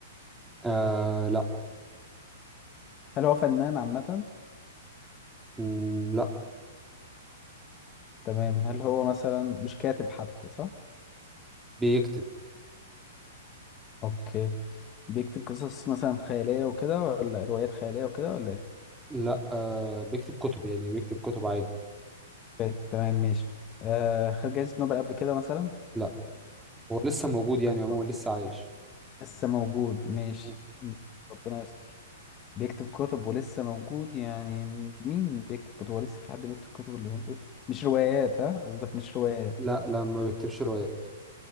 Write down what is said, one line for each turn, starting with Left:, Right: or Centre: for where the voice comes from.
Centre: آه لا
Left: هل هو فنان عامة
Centre: مم، لا
Left: تمام هل هو مثلا مش كاتب حتى صح؟
Centre: بيكتب
Left: اوكي بيكتب قصص مثلا خيالية وكده ولا روايات خيالية وكده ولا ايه؟
Centre: لا آه بيكتب كتب يعني بيكتب كتب عادي
Left: اوكي تمام ماشي آه خد جايزة نوبل قبل كده مثلا؟
Centre: لا هو لسه موجود يعني عموما
Left: صح
Centre: لسه عايش
Left: لسه موجود ماشي
Centre: مم.
Left: م- ربنا يستر بيكتب كتب ولسه موجود يعني مين بيكتب كتب ولسه في حد بيكتب كتب اليومين دول مش روايات ها قصدك مش روايات
Centre: لا لا ما بيكتبش روايات